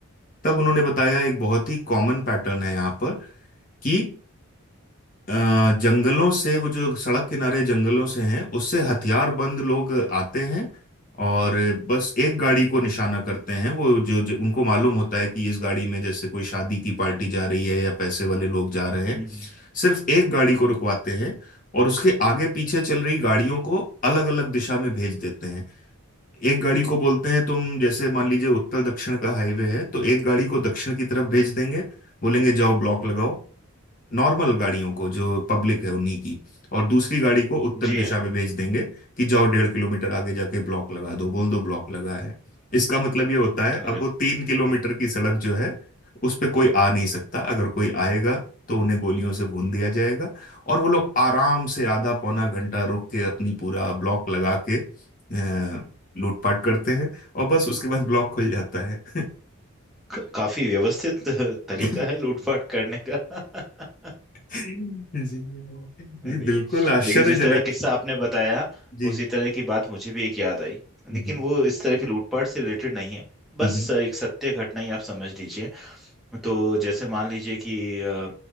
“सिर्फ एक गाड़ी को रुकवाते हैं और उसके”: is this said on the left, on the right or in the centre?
Left